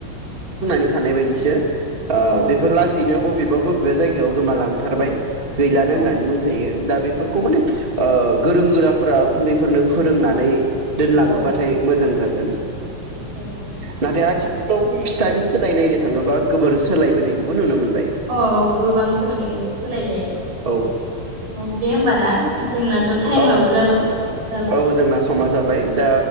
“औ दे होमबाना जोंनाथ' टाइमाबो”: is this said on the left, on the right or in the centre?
Right